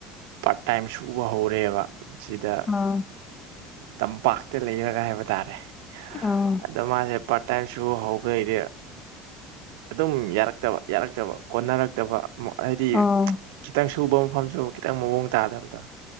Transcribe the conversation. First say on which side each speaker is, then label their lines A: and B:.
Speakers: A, on the right (about 85°); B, on the left (about 35°).
A: ꯄꯥꯔꯠ ꯇꯥꯏꯝ ꯁꯨꯕ ꯍꯧꯔꯦꯕ ꯁꯤꯗ
B: ꯑꯥ
A: ꯇꯝꯄꯥꯛꯇ ꯂꯩꯔꯒ ꯍꯥꯏꯕ ꯇꯥꯔꯦ
B: ꯑꯥ
A: ꯑꯗꯣ ꯃꯥꯁꯦ ꯇꯥꯏꯁꯨ ꯍꯧꯕ ꯂꯩꯔꯦ ꯑꯗꯨꯝ ꯌꯥꯔꯛꯇꯕ ꯌꯥꯔꯛꯇꯕ ꯀꯣꯟꯅꯔꯛꯇꯕ ꯍꯥꯏꯗꯤ
B: ꯑꯥ
A: ꯈꯤꯇꯪ ꯁꯨꯕ ꯃꯐꯝꯁꯨ ꯈꯤꯇꯪ ꯃꯑꯣꯡ ꯇꯥꯗꯕꯗꯣ